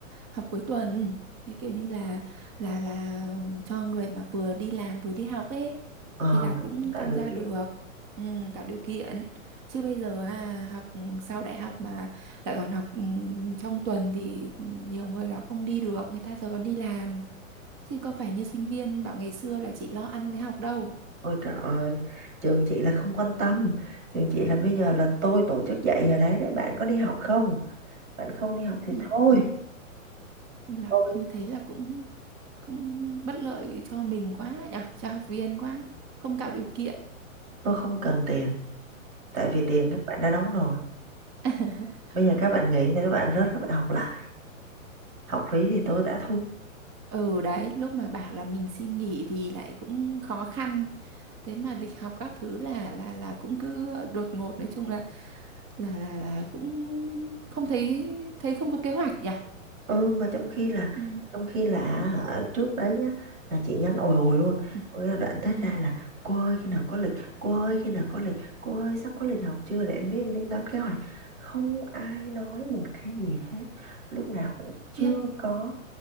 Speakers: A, on the right; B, on the right.
A: học cuối tuần thế kiểu như là là là cho người mà vừa đi làm vừa đi học ấy
B: ờ
A: thì là cũng
B: tạo
A: tham
B: điều
A: gia
B: kiện
A: được ừ, tạo điều kiện chứ bây giờ à, học sau đại học mà lại còn học ừ, trong tuần thì nhiều người là không đi được người ta giờ còn đi làm chứ có phải như sinh viên bảo ngày xưa là chỉ lo ăn với học đâu
B: ôi trời ơi trường chị là không quan tâm trường chị là bây giờ là tôi tổ chức dạy giờ đấy để bạn có đi học không bạn không đi học thì
A: ừ,
B: thôi
A: chung là
B: tôi
A: như thế là cũng cũng bất lợi cho mình quá nhở cho học viên quá không tạo điều kiện
B: tôi không cần tiền tại vì tiền các bạn đã đóng rồi
A: <laughs>
B: bây giờ các bạn nghỉ thì các bạn rớt các bạn học lại học phí thì tôi đã thu
A: ừ đấy lúc mà bảo là mình xin nghỉ thì lại cũng khó khăn thế mà lịch học các thứ là là là cũng cứ đột ngột nói chung là là là, là cũng không thấy thấy không có kế hoạch nhỉ
B: ừ mà trong khi là
A: ừ
B: trong khi là hả, trước đấy nhá là chị nhắn ồi ồi luôn
A: ừ
B: có nghĩa là đoạn thét
A: ừ
B: ra là cô ơi khi nào có lịch cô ơi khi nào có lịch cô ơi sắp có lịch học chưa để em biết em tính toán kế hoạch không ai nói một cái gì hết lúc nào cũng
A: khiếp
B: chưa có